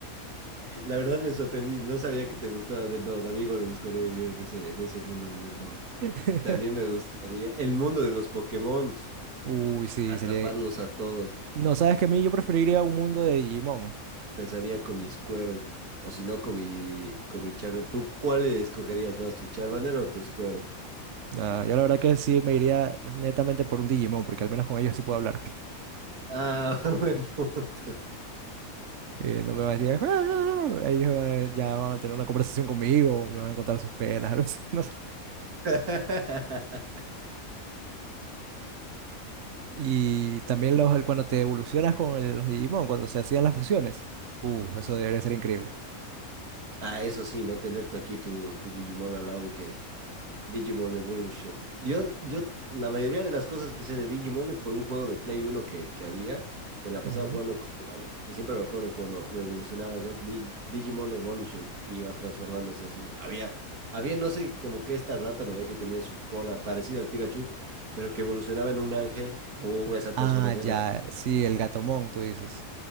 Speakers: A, on the right; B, on the right.
A: La verdad me sorprendí, no sabía que te gustaba de no, amigo, me gustaría vivir en ese, en ese mundo de Death Note.
B: <laughs>
A: También me gustaría el mundo de los Pokémon,
B: Uy, sí,
A: atraparlos
B: sería...
A: a todos.
B: No, sabes que a mí yo preferiría un mundo de Digimon.
A: Empezaría con mi Squero o si no con mi, con mi Charmander. ¿Tú cuál escogerías más, tu Charmander o tu Squero?
B: Ah, yo la verdad que sí me iría netamente por un Digimon, porque al menos con ellos sí puedo hablar.
A: Ah, <laughs> buen punto.
B: Eh, no me van a decir... <laughs> "Ah", Ellos van a- ya van a tener una conversación conmigo, me van a contar sus penas, <laughs> algo así, no sé.
A: <laughs>
B: Y también los, el- cuando te evolucionas con el- los Digimon, cuando se hacían las fusiones. Uh, eso debería ser increíble.
A: Ah, eso sí, no tener tú aquí tu, tu Digimon al lado y que Digimon Evolution. Yo, yo, la mayoría de las cosas que sé de Digimon es por un juego de Play Uno que, que había, que la pasaba
B: Ujú.
A: jugando con mi hermano. Y siempre me acuerdo cuando lo evolucionabas, ¿no? Dig- Digimon Evolution iba transformándose así. Había, había, no sé, como que esta rata, ¿no? ve Que tenía su cola parecida al Pikachu, pero que evolucionaba en un ángel. Uf, esa transformación.
B: Ah, ya,
A: era-
B: sí, el Gatomon, tú dices.